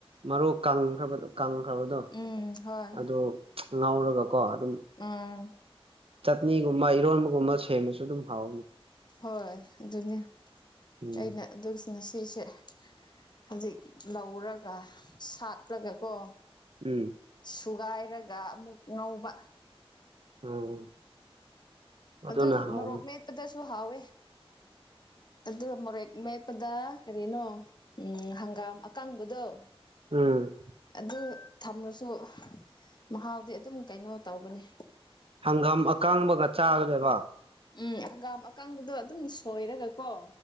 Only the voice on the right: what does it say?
ꯃꯔꯨ ꯀꯪꯈ꯭ꯔꯕ ꯀꯪꯈ꯭ꯔꯕꯗꯣ
ꯑꯗꯨ ꯉꯧꯔꯒꯀꯣ ꯑꯗꯨꯝ
ꯆꯠꯅꯤꯒꯨꯝꯕ ꯏꯔꯣꯟꯕꯒꯨꯝꯕ ꯁꯦꯝꯕꯁꯨ ꯑꯗꯨꯝ ꯍꯥꯎ
ꯎꯝ
ꯎꯝ
ꯎꯝ ꯑꯗꯨꯅ
ꯍꯥꯎꯕꯅꯤ
ꯎꯝ
ꯍꯪꯒꯥꯝ ꯑꯀꯪꯕꯒ ꯆꯥꯒꯗꯕ